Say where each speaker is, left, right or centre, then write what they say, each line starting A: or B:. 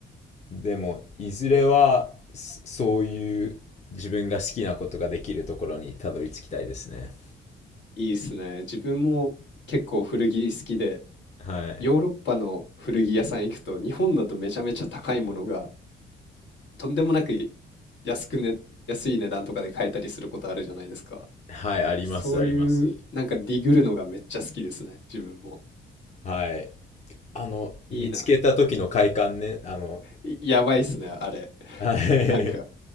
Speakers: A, on the left (about 35°); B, on the left (about 65°).
A: でも、いずれはそそういう自分が好きなことができるところにたどり着きたいですね。
B: いいっすね。自分も結構古着好きで、
A: はい。
B: ヨーロッパの古着屋さん行くと、日本だとめちゃめちゃ高いものが、とんでもなくい安くね、安い値段とかで買えたりすることあるじゃないですか。
A: はい、あります、
B: そういう、
A: あります。
B: なんかディグるのがめっちゃ好きですね、自分も。
A: はい。あの、
B: いいな。
A: 見つけた時の快感ね。あの、
B: いやばいっすね、あれ。
A: はい。へ
B: なんか、